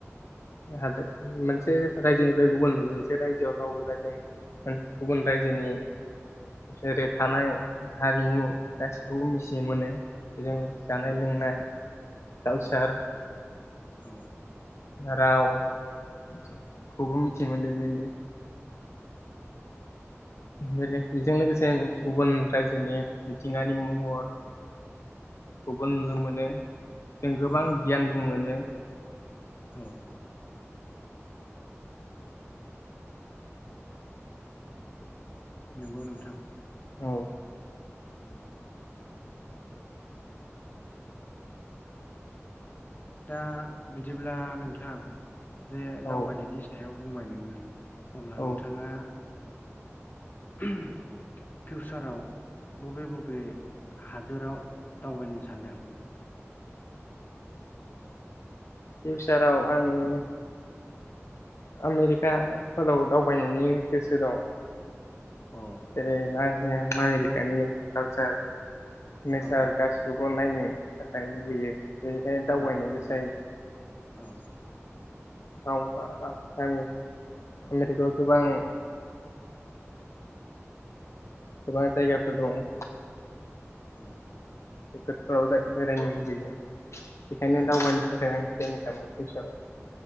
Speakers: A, on the left; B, on the left.
A: हादोर मोनसे रायजोनिफ्राय गुबुन मोनसे रायजोआव दावबायबा जों गुबुन रायजोनि जेरै थानाय हारिमु गासिखौबो मिथिनो मोनो। बे जों जानाय
B: औ
A: लोंनाय कालसार
B: औ औ
A: रावखौबो
B: औ
A: मिथि मोनो बेनो बेजों लोगोसे गुबुन रायजोनि मिथिंगारि महर खौबो नुनो मोनो जों गोबां
B: औ
A: गियानबो मोनो।
B: औ नंगौ नोंथां
A: औ
B: औ दा बिदिब्ला नोंथां जे दावबायनायनि
A: औ
B: सायाव बुंबाय नोङो अब्ला
A: औ
B: नोंथाङा <unintelligible> फिउचाराव बबे बबे हादोराव दावबायनो सान्दों?
A: फिउचाराव आङो आमेरिकाफोराव दावबायनायनि गोसो दं।
B: अ
A: जेरै मनि आमेरिकानि कालसार नेसार
B: औ
A: गा खौ नायनो थाखाय लुबैयो बेनिखायनो दावबायनो
B: औ
A: गोसो जायो
B: औ
A: <unintelligible> आमेरिकायाव
B: औ
A: गोबां गोबां जायगाफोर दङ
B: औ
A: खैकोदफ्राव बेरायनो लुबैयो बेखायनो
B: औ
A: दावबायनो थाखाय आं प्लेन खालामबाय फिउसाराव